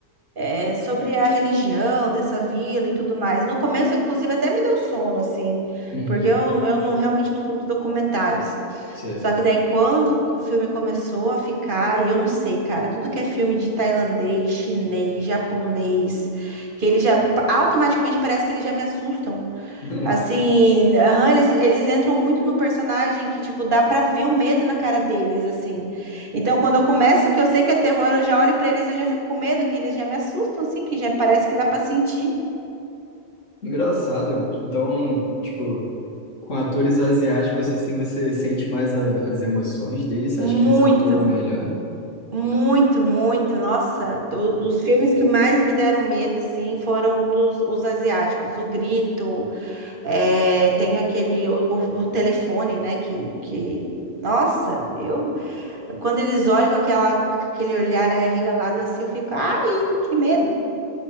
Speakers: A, on the right; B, on the left.
A: é, sobre a religião dessa vila e tudo mais. No começo, inclusive, até me deu sono, assim,
B: Uhum,
A: porque eu, eu não, realmente não curto documentários.
B: sei.
A: Só que daí quando o filme começou a ficar, e eu não sei, cara, tudo que é filme de tailandês, chinês, japonês, que eles já automaticamente parece que eles já me assustam.
B: <laughs>
A: Assim, aham, eles, eles entram muito no personagem que, tipo, dá pra ver o medo na cara deles, assim. Então, quando eu começo, que eu sei que é terror, eu já olho pra eles, eu já fico com medo, que eles já me assustam, assim, que já parece que dá pra sentir
B: Engraçado. Então, tipo, com atores asiáticos, assim, você sente mais a- as emoções deles, você
A: muito.
B: acha que eles atuam melhor?
A: Muito, muito. Nossa, do- dos filmes que mais me deram medo, assim, foram o dos, os asiáticos. O Grito, é, tem aquele, o, o- o telefone, né, que, que... Nossa, eu... Quando eles olham com aquela, com aquele olhar arregalado, assim, eu fico, ai, que medo.